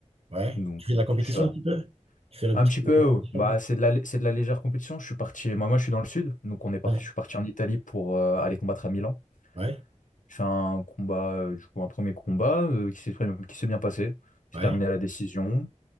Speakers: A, on the right; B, on the left.
A: Ouais.
B: Donc
A: Tu fais
B: euh,
A: de la compétition
B: je suis à-
A: un petit peu? Tu fais un
B: un
A: petit
B: petit
A: peu
B: peu.
A: de
B: euh,
A: compétition?
B: Bah, c'est de la, lé- c'est de la légère compétition. Je suis parti. Moi, moi, je suis dans le sud. Donc on est parti,
A: hein Ouais,
B: je suis parti en Italie pour euh, aller combattre à Milan.
A: ouais,
B: J'ai fait un combat, euh, du coup, un premier combat euh, qui s'est qui s'est bien passé. J'ai
A: ouais.
B: terminé à la décision.